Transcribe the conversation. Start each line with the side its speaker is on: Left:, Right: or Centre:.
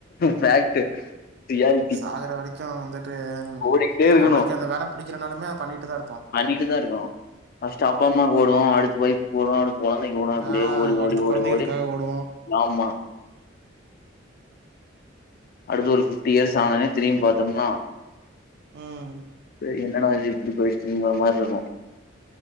Left: ஃபேக்ட்டு ரியாலிட்டி
Right: சாகற வரிக் கு வந்துட்டு
Left: ஓடிக்கிட்டே இருக்கணு
Right: நம்மளுக்கு அந்த வேல பிடிக்கலனாலுமே அத பண்ணிட்டு தா இருப்போ
Left: பண்ணிட்டுதா இருக்கணு ஃபஸ்ட்டு அப்பா அம்மாக் ஓடுவோ அடுத்து ஒய்ஃபுக் ஓடுவோ அடுத் கொழந்தைக் ஓடுவோ இப்பிடியே
Right: ஆ
Left: ஓடி
Right: அடுத்து
Left: ஓடி ஓடி
Right: கொழந்தைகளுக்காக
Left: ஓடி
Right: ஓடுவோம்.
Left: ஆமா அடுத்து ஒரு ஃபிஃப்டி இயர்ஸ் ஆனோன்னே திரும் பாத்தம்னா
Right: ம்
Left: டேய் என்னடா இது இப்பிடி போய்டுச்சுங்கற மார்ருக்கு